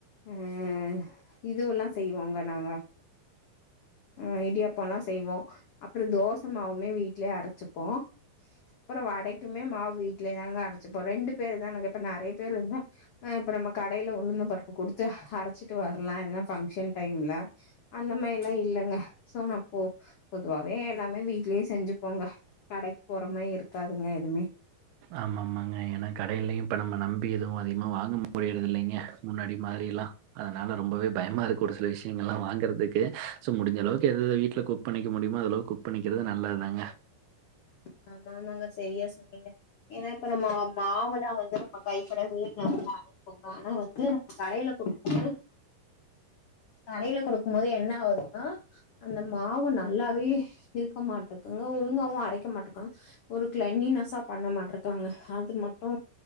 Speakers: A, on the left; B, on the right.
A: ம் இதுவெல்லா செய்வோங்க நாங்க ம் இடியாப்போலா செய்வோ அப்ரோ தோச மாவுமே வீட்லேயே அரைச்சிப்போ அப்புரோ வடைக்குமே மாவு வீடலேயேதாங்க அரைச்சுப்போ ரெண்டு பேரு தானங்க இப்ப நெறைய பேர் இருந்தா ஆ இப்ப நம்ம கடையில உளுந்தம்பருப்பு குடுத்து அரைச்சிட்டு வரலா எதுனா பங்க்ஷன் டைம்ல அந்த மாரில்லா இல்லைங்க சோ நப்போ பொதுவாவே எல்லாமே வீட்லயே செஞ்சுப்போங்க கடைக்கு போறமாய் இருக்காதுங்க எதுமே
B: ஆமா ஆமாங்க ஏன்னா கடையிலயு இப்ப நம்ம நம்பி எதுவு அதிகமா வாங்க முடியறது இல்லைங்க முன்னாடி மாரில்லா அதனால ரொம்பவே பயமா இருக்கு ஒரு சில விஷயங்கள்லா வாங்கறதுக்கு சோ முடிஞ்சளவுக்கு எது எத வீட்ல குக் குக் பண்ணிக்க முடியுமோ அந்த அளவு குக் பண்ணிக்கிறது நல்லதுதாங்க
A: நல்லத்தாங்க சரியா சொன்னீங்க ஏன்னா இப்ப நம்ம மாவுலா வந்து நம்ம கைப்படவே <inaudible> கலப்போங்க ஆனா வந்து கடையில குடுக்குறது கடையில குடுக்கும் போது என்ன ஆகுதுன்னா அந்த மாவு நல்லாவே இருக்க மாட்டேக்குங்க ஒழுங்காவு அரைக்க மாட்டேக்காங்க ஒரு கிளன்னினஸா பண்ண மாட்டர்கங்க அது மட்டு